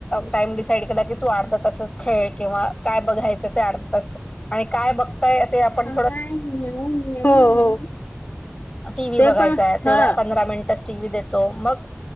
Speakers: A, on the left; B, on the left.
A: टाइम क तू अर्ध तास खेळ किंवा काय बघायचं ते अर्ध तास आणि काय बघताय आपण
B: काय हो हो
A: टीव्ही
B: ते
A: बघायचाय
B: पण
A: तेव
B: हा
A: पंधरा मिनिटच टीव्ही देतो मग